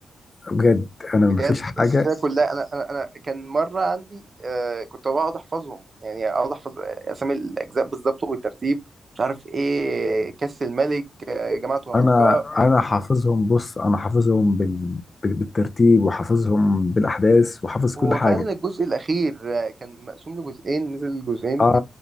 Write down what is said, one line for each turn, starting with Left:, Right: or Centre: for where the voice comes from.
Left: بجد انا
Right: بجد
Left: مفيش حاجه
Right: السلسله كلها انا انا انا كان مره عندي آه كنت بقعد احفظهم يعني اقعد احفظ اسامي الاجزاء بالظبط وبالترتيب مش عارف ايه كاس الملك آه جماعه العنقاء
Left: انا انا حافظهم بص انا حافظهم بال... بال- بالترتيب وحافظهم بالاحداث وحافظ كل
Right: هو
Left: حاجه
Right: فعلا الجزء الاخير آه كان مقسوم لجزئين نزل جزئين
Left: اه